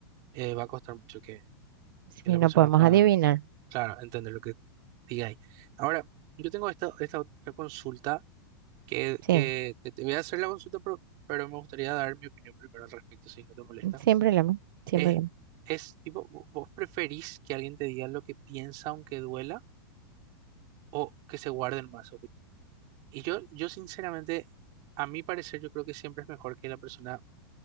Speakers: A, on the right; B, on the right.
A: eh, va a costar mucho que,
B: sí,
A: que la persona
B: no podemos
A: pueda,
B: adivinar.
A: claro, entender lo que diga ahí. Ahora, yo tengo esta, esta otra consulta que,
B: Sí,
A: que te, te voy a hacer la consulta, pero, pero me gustaría dar mi opinión primero al respecto, si no te molesta.
B: sin problema, sin
A: Es,
B: problema.
A: es tipo, vo- ¿vos preferís que alguien te diga lo que piensa aunque duela o que se guarden más opinión? Y yo, yo sinceramente, a mi parecer, yo creo que siempre es mejor que la persona